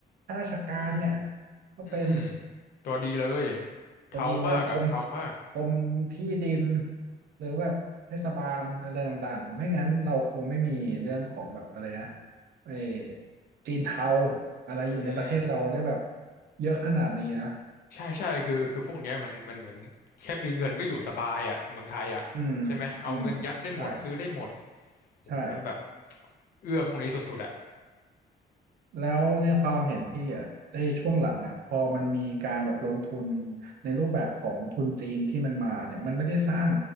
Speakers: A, on the right; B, on the left.
A: ข้าราชการเนี่ย
B: อืม
A: ก็เป็น
B: อืมตัวดีเลย เทามากอะเทามาก
A: พอดีเลยกรมกรมที่ดินหรือแบบเทศบาลอะไรต่างๆไม่งั้นเราคงไม่มีเรื่องของแบบอะไรนะไอ้จีนเทาอะไรอยู่ในประเทศเราได้แบบ
B: อืม
A: เยอะขนาดนี้นะ
B: ใช่ใช่คือคือพวกเนี้ยมันมันเหมือนแค่มีเงินก็อยู่สบายอะเมืองไทยอะใช่ไหม
A: อืม
B: เอาเงินยัดได้หมดซื้อได้หมด
A: อืมใช่
B: โอ้โหมันแบบ
A: ใช่
B: เอื้อพวกนี้สุดๆอะ
A: แล้วในความเห็นพี่อ่ะในช่วงหลังอ่ะพอมันมีการแบบลงทุนในรูปแบบของทุนจีนที่มันมาเนี่ยมันไม่ได้สร้าง